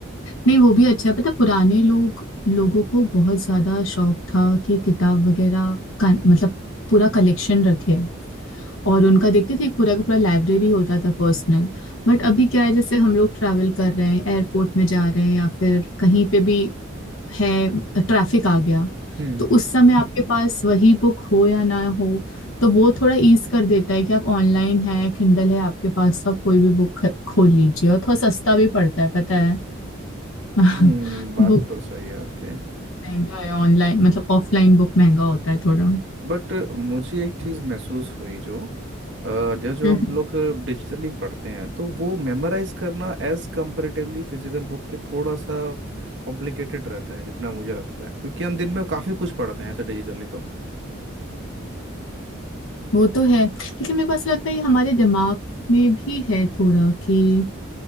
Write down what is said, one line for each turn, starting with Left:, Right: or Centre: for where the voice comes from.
Left: नहीं वो भी अच्छा है पता है, पुराने लोग लोगों को बहुत ज्यादा शौक था कि किताब वगैरह का मतलब पूरा कलेक्शन रखे और उनका देखते थे पूरा का पूरा लाइब्रेरी होता था पर्सनल बट अभी क्या है जैसे हम लोग ट्रैवल कर रहे हैं एयरपोर्ट में जा रहे हैं या फिर कहीं पे भी है ट्रैफिक आ गया
Right: हम्म
Left: तो उस समय आपके पास वही बुक हो या ना हो तो वो थोड़ा ईज कर देता है कि आप ऑनलाइन है किंडल है आपके पास तो आप कोई भी बुक खोल लीजिए और थोड़ा सस्ता भी पड़ता है पता है <laughs>
Right: हम्म बात
Left: बुक
Right: तो सही है आपकी
Left: महंगा है ऑनलाइन मतलब ऑफलाइन बुक महंगा होता है थोड़ा हम्म
Right: बट मुझे एक चीज़ महसूस हुई जो अ, जो जो
Left: हम्म,
Right: हम लोग डिजिटली पढ़ते हैं तो वो मेमोराइज करना एज कंपैरेटिवली फिजिकल बुक के थोड़ा सा कॉम्प्लिकेटेड रहता है जितना मुझे लगता है क्योंकि हम दिन में काफ़ी कुछ पढ़ते हैं ऐसे डिजिटली तो
Left: वो तो है लेकिन मेरे को ऐसा लगता है ये हमारे दिमाग में भी है थोड़ा कि